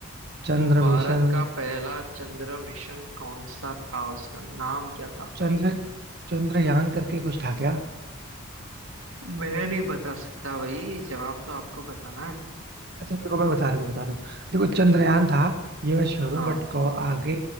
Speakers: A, on the right (about 45°); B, on the right (about 75°).
A: चंद्र
B: भारत
A: मिशन
B: का पहला चंद्र मिशन कौन सा था उसका नाम क्या था
A: चंद्र चंद्रयान करके कुछ था क्या
B: मैं नहीं बता सकता भाई जवाब तो आपको बताना है
A: अच्छा देखो मैं बता रहा हूँ बता रहा हूँ देखो चंद्रयान था ये मैं श्योर हूँ
B: हाँ
A: बट आगे